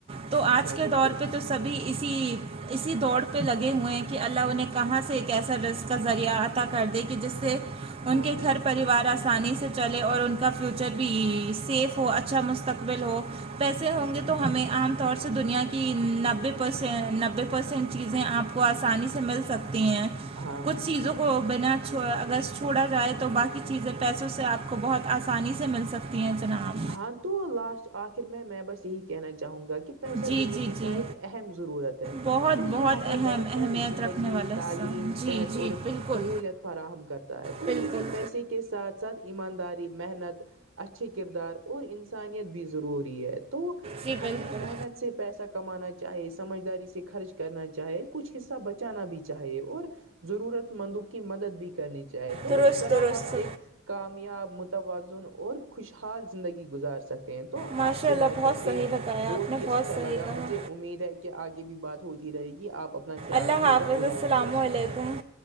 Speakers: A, on the right; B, on the right.
A: تو آج
B: ہاں
A: کے
B: بالکل
A: دور پہ تو سبھی اسی اسی دوڑ پہ لگے ہوئے ہیں کہ اللہ انہیں کہاں سے ایک ایسا ویسٹ کا ذریعہ عطا کر دیا کہ جس سے
B: ہاں
A: ان کے
B: ہاں
A: گھر پریوار آ آسانی سے چلے اور ان کا فیوچر بھی سیف ہو اچھا مستقبل ہو پیسے ہوں گے تو ہمیں عام طور سے دنیا کی نب نے پرس نبے پرسینٹ چیزیں آپ کو آسانی سے مل سکتی ہیں
B: ہاں
A: کچھ
B: ہاں
A: چیزوں کو بنا چھو اگر چھوڑا جائے تو باقی چیزیں پیسوں سے آپ کو بہت آسانی سے مل سکتی ہیں جناب
B: ہاں تو لاسٹ آخر میں میں بس یہی کہنا چاہوں گا کہ ایسا
A: جی
B: زندگی
A: جی جی
B: کا ایک اہم ضرورت ہے
A: بہت
B: تو یہ
A: بہت
B: ہمیں
A: اہم
B: بہتر
A: اہمیت
B: زندگی
A: رکھنے والا
B: تعلیم
A: حصہ جی
B: صحت
A: جی
B: اور
A: بالکل
B: سہولیت فراہم کرتا ہے تو
A: بالکل
B: لیکن پیسے کے ساتھ ساتھ ایمانداری محنت اچھے کردار اور انسانیت بھی ضروری ہے تو
A: جی
B: ہمیں
A: بالکل
B: محنت سے پیسہ کمانا چاہے سمجھداری سے خرچ کرنا چاہے کچھ حصہ بچ جانا بھی چاہیے اور ضرورت مندوں کی مدد بھی کرنی چاہی چاہے تو
A: درست
B: اس طرح
A: درست
B: ہم ایک کامیاب متوازن اور خوشحال زندگی گزار سکتے ہیں تو
A: ماشاء
B: آپ سے
A: اللہ
B: بات
A: بہت
B: کر
A: صحیح
B: کے
A: بتایا
B: بہت
A: آپ نے
B: ہی اچھا
A: صحیح
B: لگا
A: کہا
B: مجھے امید ہے کہ آگے بھی بات ہوتی رہے گی آپ اپنا خیال
A: اللہ
B: رکھیے
A: حافظ
B: گا اللہ
A: السلام
B: حافظ
A: علیکم